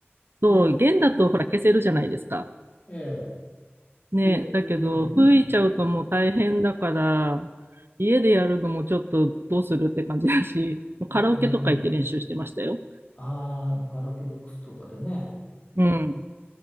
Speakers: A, on the right; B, on the left.
A: そう、
B: う。よ、
A: 弦だとほら消せるじゃないですか。
B: え
A: ね。
B: え、家、
A: だけど、
B: 家でね。
A: 吹いちゃうともう大変だから、
B: うん
A: 家でやるのもちょっとどうするって感じだし、もうカラオケとか行って練習してましたよ。
B: ねえねえ、ああ、カラオケボックスとかでね。
A: うん。